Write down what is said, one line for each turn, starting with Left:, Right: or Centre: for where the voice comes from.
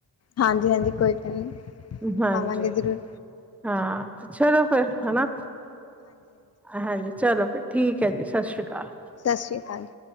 Left: ਹਾਂਜੀ, ਹਾਂਜੀ ਕੋਈ ਗੱਲ ਨਹੀਂ
Centre: ਹਾਂਜੀ
Left: ਆਵਾਂਗੇ ਜ਼ਰੂਰ।
Centre: ਹਾਂ ਚਲੋ ਫਿਰ ਹਨਾ। ਹਾਂਜੀ ਚਲੋ, ਫਿਰ ਠੀਕ ਹੈ ਜੀ ਸਤਿ ਸ਼੍ਰੀ ਅਕਾਲ।
Left: ਸਤਿ ਸ਼੍ਰੀ ਅਕਾਲ ਜੀ।